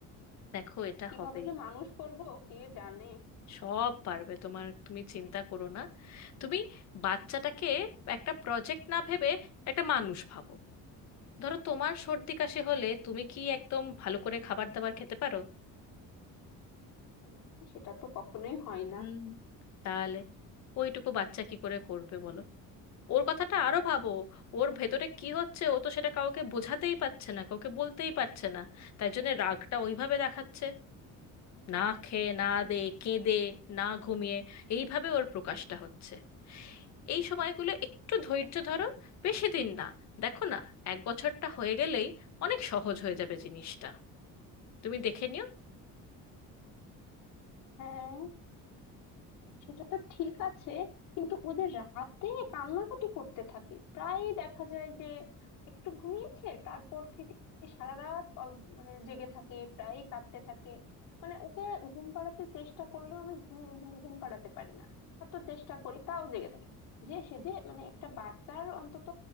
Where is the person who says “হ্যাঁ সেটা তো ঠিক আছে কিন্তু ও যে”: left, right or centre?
Left